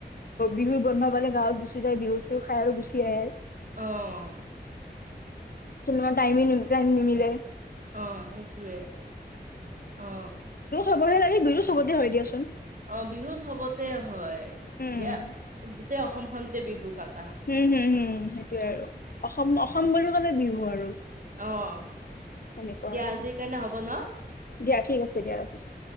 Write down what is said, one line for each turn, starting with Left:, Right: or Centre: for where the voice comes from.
Left: বিহুৰ বন্ধ মানে গাঁৱত গুচি যায় বিহু চিহু খাই আৰু গুচি আহ আৰু।
Right: আহ।
Left: ন টাইম টাইম ন মিলে।
Right: আহ সেইটোৱে অ।
Left: চবহে লাগে বিহুো চবতে হৈ দিয়াচোন।
Right: অ বিহু চবতে হয়,
Left: উম
Right: এতিয়া গোটেই অসমখনতে বিহু পাত।
Left: হম হম হম সেইটোৱেই আৰু অসম
Right: আৰু
Left: অসম বুলি ক'লে বিহু আৰু।
Right: অ দিয়া
Left: সেনেকুৱা আৰু
Right: আজিৰ কাৰণে হ'ব ন।
Left: দিয়া ঠিক আছে দিয়া ৰাখিছোঁ।